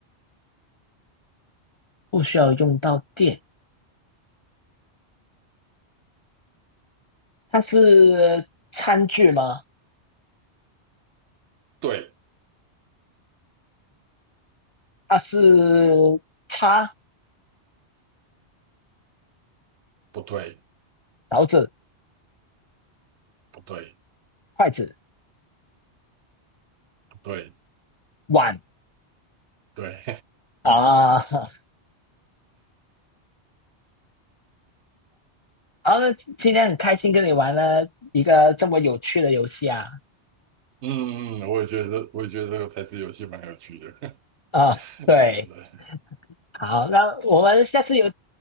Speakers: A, on the left; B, on the right.
A: 不需要用到电。它是餐具吗？
B: 对，
A: 它是叉、
B: 不对，
A: 勺子、
B: 不对，
A: 筷子、
B: 不对，
A: 碗
B: 对，
A: 啊 <laughs> 啊，今天很开心跟你玩了一个这么有趣的游戏啊！
B: <laughs> 嗯，嗯，我也觉得，我也觉得这个猜字游戏蛮有趣的，
A: 啊，
B: <laughs>
A: 对，
B: 对对对，
A: 好，那我们下次有